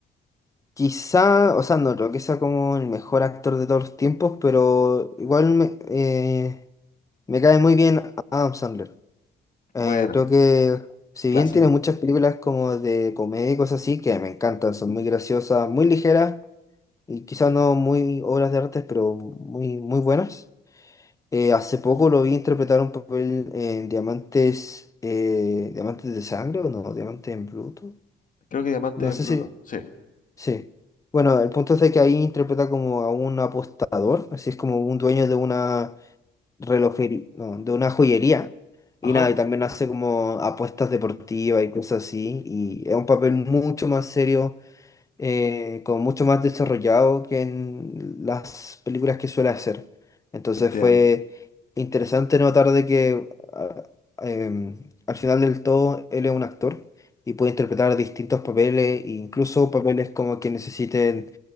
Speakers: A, on the left; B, on the left.
A: quizá, o sea, no creo que sea como el mejor actor de todos los tiempos, pero igual me, eh, me cae muy bien Adam Sandler. Eh,
B: Bueno,
A: creo que, si
B: clásico.
A: bien tiene muchas películas como de comedia y cosas así, que me encantan, son muy graciosas, muy ligeras y quizá no muy obras de arte, pero muy, muy buenas. Eh, hace poco lo vi interpretar un papel en Diamantes, eh, Diamantes de Sangre o no, Diamantes en Bruto.
B: Creo que Diamante
A: No
B: en
A: sé
B: Bruto,
A: si.
B: sí.
A: Sí. Bueno, el punto es de que ahí interpreta como a un apostador, así es como un dueño de una relojería, no, de una joyería. Y
B: Ajá.
A: nada, y también hace como apuestas deportivas y cosas así. Y es un papel mucho más serio eh, como mucho más desarrollado que en las películas que suele hacer. Entonces
B: Entiendo.
A: fue interesante notar de que a- em, al final del todo él es un actor y puede interpretar distintos papeles, incluso papeles como que necesiten